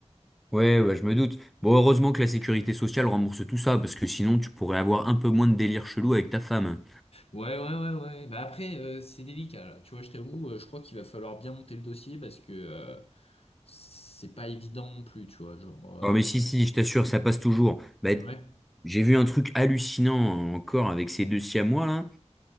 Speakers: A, in the centre; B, on the left.
A: Ouais, ouais, je me doute. Bon, heureusement que la sécurité sociale rembourse tout ça, parce que sinon tu pourrais avoir un peu moins de délire chelou avec ta femme.
B: Ouais, ouais, ouais, ouais. Bah après, euh, c'est délicat, là. Tu vois, je t'avoue, euh, je crois qu'il va falloir bien monter le dossier, parce que euh, c'est pas évident non plus, tu vois, genre... euh,
A: Non mais si, si, je t'assure, ça passe toujours. Bah,
B: Ouais,
A: j'ai vu un truc hallucinant encore avec ces deux Siamois là,